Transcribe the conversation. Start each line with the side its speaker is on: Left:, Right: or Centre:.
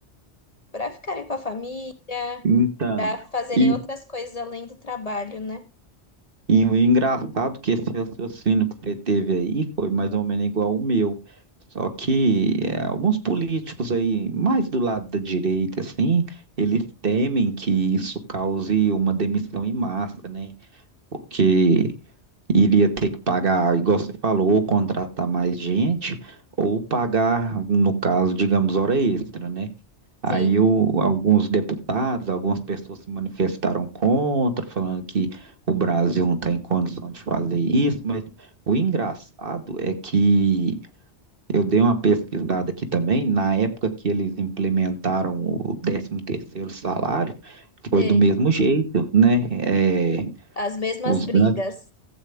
Left: para ficarem com a família,
Right: então.
Left: para fazerem
Right: e
Left: outras coisas além do trabalho, né?
Right: E o engraçado que esse raciocínio que você teve aí foi mais ou menos igual o meu. Só que é, alguns políticos aí, mais do lado da direita, assim, eles temem que isso cause uma demissão em massa, né? Porque iria ter que pagar, igual você falou, ou contratar mais gente, ou pagar, no caso, digamos, hora extra, né? Aí
Left: Sim,
Right: o- alguns deputados, algumas pessoas se manifestaram contra, falando que o Brasil não tem condição de fazer isso, mas o engraçado é que eu dei uma pesquisada aqui também, na época que eles implementaram o décimo terceiro salário, foi
Left: sei.
Right: do mesmo jeito, né? É,
Left: as mesmas
Right: os
Left: brigas.
Right: grandes,